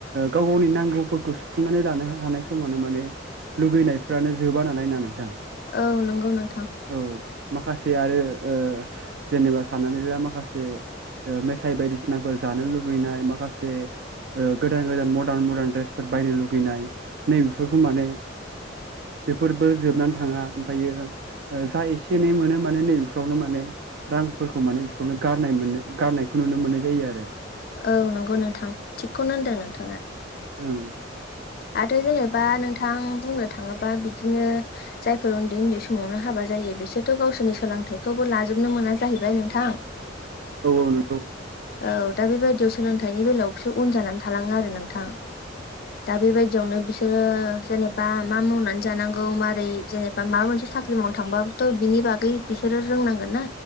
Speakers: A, on the right; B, on the left.
A: गाव गावनि नांगौफोरखौ सुफुंनानै लानो हानाय समानो माने लुगैनायफ्रानो जोबा नालाय ना नोंथां
B: औ नंगौ नोंथां
A: औ माखासे आरो ओ जेनेबा साननानै ला माखासे ओ मेथाय बायदिसिनाफोर जानो लुुबैनाय माखासे ओ गोदान गोदान मडार्न मडार्न ड्रेसफोर बायनो लुगैनाय नैबेफोरखौ माने बेफोरबो जोबनानै थाङा ओमफ्रायो ओ जा एसे एनै मोनो माने नैबेफ्रावनो माने रांफोरखौ माने बेफोरावनो गारनाय गारनायखौ नुनो मोननाय जायो आरो
B: औ नंगौ नोंथां थिगखौनो होनदों नोंथाङा
A: ओम
B: आरो जेनेबा नोंथां बुंनो थाङो बा बिदिनो जायफोर उन्दै उन्दै समावनो हाबा जायो बिसोरथ गावसोरनि सोलोंथाइखौबो लाजोब बनो मोना जाहैबाय नोंथां
A: औ नंगौ
B: औ दा बेबायदियाव सोलोंथाइनि बेलायाव बिसोर उन जानानै थालाङो आरो नोंथां दा बेबायदियावनो बिसोरो जेनेबा मा मावनानै जानांगौ मारै जेनेबा माबा मोनसे साख्रि मावनो थांबाबोथ बिनि बागै बिसोरो रोंनांगोन ना